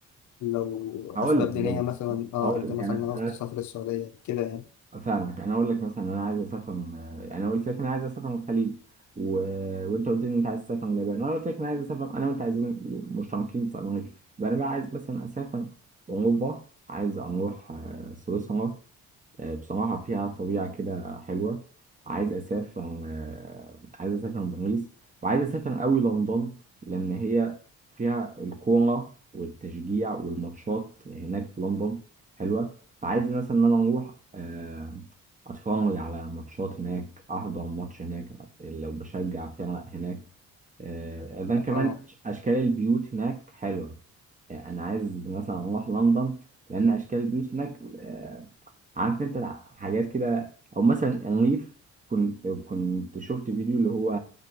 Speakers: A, on the left; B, on the right.
A: لو
B: هقول
A: اسباب
B: لك
A: دينيه
B: هقول
A: مثلا
B: لك
A: اه
B: هقول
A: انت مثلا
B: لك انا
A: عاوز تسافر السعوديه كده يعني
B: انا فاهمك انا اقول لك مثلا انا عايز اسافر انا قلت لك انا عايز اسافر من الخليج و... وانت قلت لي إن انت عايز تسافر من اليابان وانا قلت لك انا عايز اسافر انا وانت عايزين مشتركين في امريكا يبقى انا بقى عايز مثلا اسافر اوروبا عايز اروح آه، سويسرا آه، بصراحة فيها طبيعة كده حلوة عايز أسافر آه، عايز أسافر باريس وعايز أسافر أوي لندن لأن هي فيها الكورة والتشجيع والماتشات هناك في لندن حلوة فعايز مثلا إن أنا أروح آه، أتفرج على ماتشات هناك أحضر ماتش هناك لو بشجع فرق هناك آه، إذن كمان
A: اه
B: أشكال البيوت هناك حلوة يعني أنا عايز مثلا أروح لندن لأن أشكال البيوت هناك آه، عارف انت الع- حاجات كده او مثلا انريف كنت كنت شفت فيديو اللي هو